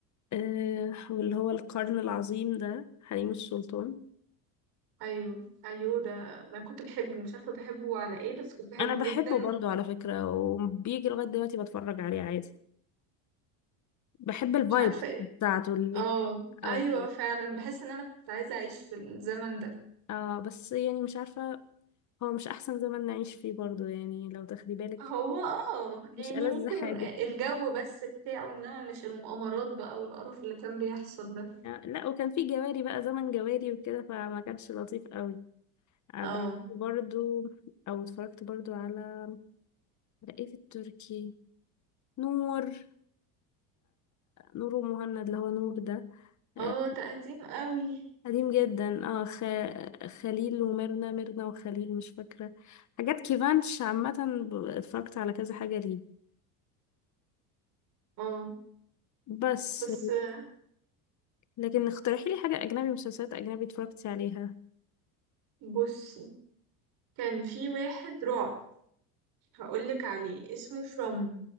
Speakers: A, on the left; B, on the right.
A: آه واللي هو القرن العظيم ده حريم السلطان
B: ايوه ايوه ده ده أنا كنت بحبه مش عارفة بحبه على ايه بس كنت بحبه
A: انا بحبه
B: جدا
A: برضو على فكرة وبيجي لغاية دلوقتي بتفرج عليه عادي بحب الفايب
B: مش عارفة
A: بتاعته اللي
B: اه
A: او
B: ايوه فعلا بحس ان انا كنت عايزه اعيش في الزمن ده
A: آه بس يعني مش عارفة هو مش احسن زمن نعيش فيه برضو يعني لو تاخدي بالك
B: هو اه يعني
A: مش ألذ
B: ممكن
A: حاجة
B: الجو بس بتاعه انما مش المؤامرات بقى والقرف اللي كان بيحصل ده
A: لا وكان في جواري بقى زمن جواري وكده فما كانش لطيف قوي أه،
B: اه
A: بحب برضو او اتفرجت برضو على على ايه في التركي نور نور ومهند اللي هو نور ده أه،
B: اه تقديم قوي
A: قديم جدا اه خ... خليل وميرنا ميرنا وخليل مش فاكرة حاجات كيفانش عامة ب- اتفرجت على كذا حاجة ليه
B: اه
A: بس
B: بس آه،
A: لكن اقترحي لي حاجة أجنبي مسلسلات أجنبي اتفرجتي عليها
B: بصي كان في واحد رعب هقولك عليه اسمه فروم